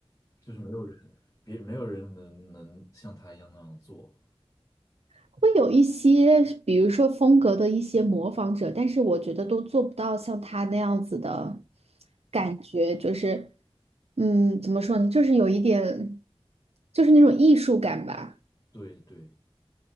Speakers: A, on the left; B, on the right.
A: 就是没有人别没有人能能像他一样那样做。
B: 会有一些，比如说风格的一些模仿者，但是我觉得都做不到像他那样子的感觉，
A: 对，
B: 就是，嗯，怎么说呢，就是有一点，就是那种艺术感吧。
A: 对对，